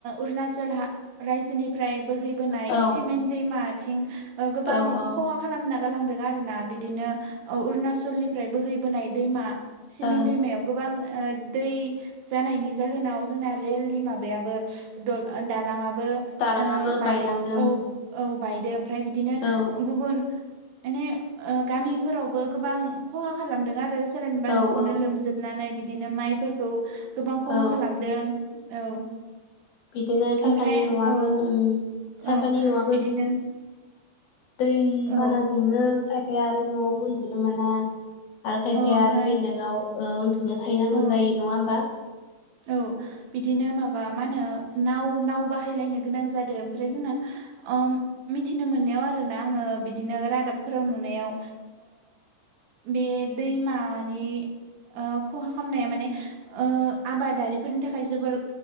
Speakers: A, on the right (about 65°); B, on the left (about 75°).
A: उरनाचल हा रायजोनिफ्राय बो बोहैबोनाय
B: औ
A: सिमेन दैमाथिं ओ गोबां
B: औ औ
A: खहा खालामना गालांदों आरोना बि बिदिनो ओ अरुणाचलनिफ्राय बोहैबोनाय दैमा सिमेन्ट
B: ओं
A: दैमायाव गोबां ओ दै जानायनि जाहोनाव जोंना रेलनि माबायाबो द दालाङाबो बो
B: दालाङाबो
A: ओ बाय
B: बायलांदों
A: औ औ बायदो ओमफ्राय बिदिनो
B: औ
A: गुबुन माने ओ गामिफोरावबो गोबां खहा खालामदों आरो सोरनिबा
B: औ
A: न'खौनो
B: औ
A: लोमजोबनानै बिदिनो माइफोरखौ गोबां खहा
B: औ
A: खालामदों औ
B: बिदिनो खायफानि
A: ओमफ्राय
B: न'आबो
A: औ
B: उम खायफानि
A: औ
B: न'आबो
A: बिदिनो
B: दै
A: औ
B: बानाजोंनो खायफाया आरो न'आव उन्दुनो मोना आरो खायफाया
A: औ ओमफ्राय
B: आरो बेलेगाव ओ उन्दुनो थाहैनांगौ
A: औ
B: जायो नङा होमबा
A: औ बिदिनो माबा मा होनो नाव नाव बाहायलायनो गोनां जादों ओमफ्राय जोंना अ मिथिनो मोननायाव आरोना आङो बिदिनो रादाबफोराव नुनायाव बे दैमानि खहा खालामनाया माने ओ आबादारिफोरनि थाखाय जोबोर